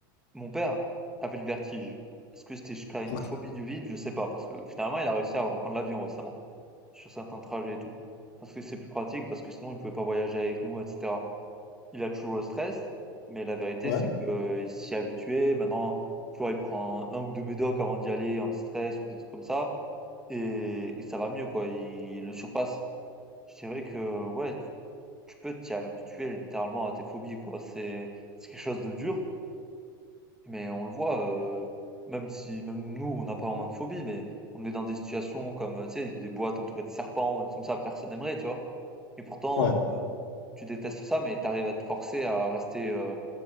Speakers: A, in the centre; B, on the left (about 65°).
A: mon père avait le vertige. Est-ce que c'était jusqu'à une
B: Ok.
A: phobie du vide? Je sais pas, parce que finalement, il a réussi à reprendre l'avion récemment, sur certains trajets et tout. Parce que c'est plus pratique, parce que sinon, il pouvait pas voyager avec nous, etc. Il a toujours le stress, mais la vérité,
B: Ouais,
A: c'est que, euh, il s'y est habitué. Maintenant, tu vois, il prend un ou deux médocs avant d'y aller, anti-stress ou des trucs comme ça et et ça va mieux quoi, il le surpasse. C'est vrai que ouais, tu tu peux t'y habituer littéralement à tes phobies quoi, c'est c'est quelque chose de dur, mais on le voit, heu, même si même nous on n'a pas vraiment de phobie, mais on est dans des situations comme, heu, tu sais, des boîtes entourées de serpents ou des trucs comme ça, personne n'aimerait tu vois? Et pourtant,
B: ouais,
A: heu, tu détestes ça, mais tu arrives à te forcer à rester, heu,